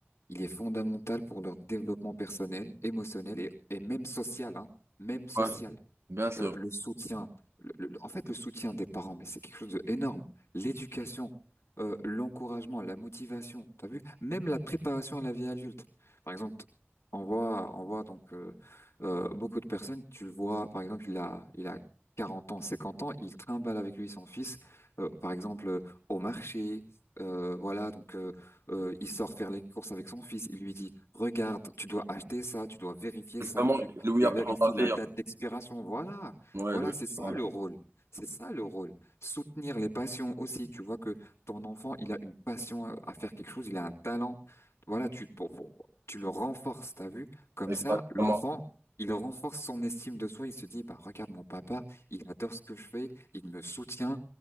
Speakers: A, on the left; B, on the right.
A: Il est fondamental pour leur développement personnel, émotionnel et, et même social, hein, même social
B: Ouais, bien sûr.
A: euh, le soutien, le- le- en fait, le soutien des parents, mais c'est quelque chose d'énorme. L'éducation, euh, l'encouragement, la motivation, t'as vu? Même la préparation à la vie adulte. Par exemple, on voit, on voit donc euh, euh, beaucoup de personnes, tu le vois, par exemple, il a, il a 40 ans, 50 ans, il trimballe avec lui son fils, euh, par exemple, euh, au marché. euh, voilà, donc euh, euh, il sort faire les courses avec son fils. Il lui dit, regarde, tu dois acheter ça, tu dois vérifier
B: Justement,
A: ça, tu,
B: Louis
A: tu
B: apprend
A: vérifies
B: la
A: la
B: vie.
A: date
B: hein.
A: d'expiration. Voilà,
B: Ouais,
A: voilà,
B: Louis
A: c'est ça
B: apprend
A: le
B: la
A: rôle. C'est ça le rôle. Soutenir les passions aussi. Tu vois que ton enfant, il a une passion à à faire quelque chose, il a un talent. Voilà, tu, pour- pour- tu le renforces, t'as vu? Comme
B: vie. Exactement.
A: ça, l'enfant, il renforce son estime de soi. Il se dit, bah, regarde mon papa, il adore ce que je fais, il me soutient.